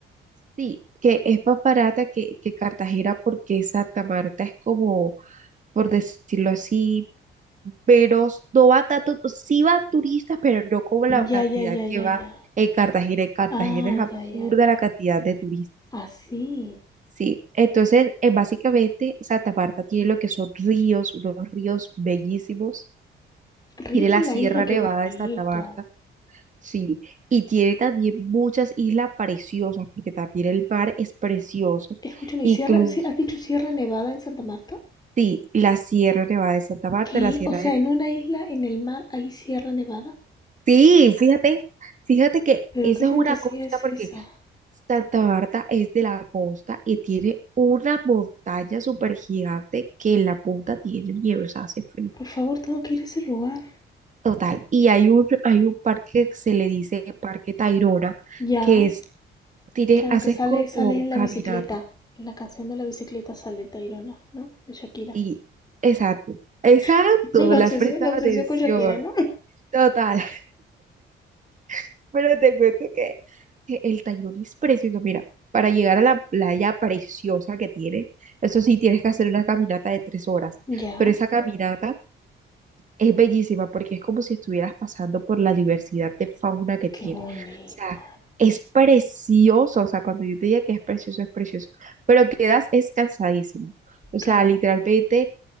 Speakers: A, on the right; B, on the left.
A: Sí, que es más barata que, que Cartagena porque Santa Marta es como, por decirlo así, menos, no va tanto, sí va turistas, pero no como la cantidad
B: Ya, ya, ya,
A: que
B: ya,
A: va
B: ya.
A: en Cartagena. En Cartagena
B: Ah,
A: es absurda
B: ya, ya, ya.
A: la cantidad de turistas.
B: Así.
A: Sí, entonces, eh, básicamente Santa Marta tiene lo que son ríos, unos ríos bellísimos.
B: Ríos
A: Tiene la
B: en
A: Sierra
B: la isla, qué
A: Nevada
B: bonito.
A: de Santa Marta Sí, y tiene también muchas islas preciosas, porque también el mar es precioso.
B: Escúchame,
A: Incluso,
B: ¿sierra, sí, ¿has dicho Sierra Nevada en Santa Marta?
A: sí, la Sierra Nevada de Santa Marta,
B: ¿Qué?
A: la Sierra
B: O sea,
A: de...
B: en una isla en el mar hay Sierra Nevada.
A: Sí, fíjate, fíjate que
B: Pero
A: esa
B: qué fantasía
A: es una costa,
B: es
A: porque
B: esa.
A: Santa Marta es de la costa y tiene una montaña súper gigante que en la punta tiene nieve, o sea, hace frío.
B: Por favor, tengo que ir a ese lugar.
A: Total, y hay un, hay un parque que se le dice Parque Tayrona,
B: Ya,
A: que es, tiene,
B: Claro
A: haces
B: que sale,
A: como
B: sale en la
A: caminata
B: bicicleta. En la canción de la bicicleta sale Tairona, ¿no? De Shakira.
A: Y, exacto, exacto,
B: <laughs> La
A: la
B: obsesión,
A: presta
B: la obsesión
A: atención,
B: con Shakira, ¿no?
A: total. <laughs> Pero te cuento que, que el Tayrona es precioso. Mira, para llegar a la playa preciosa que tiene, eso sí, tienes que hacer una caminata de tres horas,
B: Ya,
A: pero esa caminata es bellísima porque es como si estuvieras pasando por la diversidad de fauna que tiene.
B: qué bonito.
A: O sea, es precioso, o sea, cuando yo te diga que es precioso, es precioso, pero quedas es cansadísimo. O sea,
B: Claro.
A: literalmente...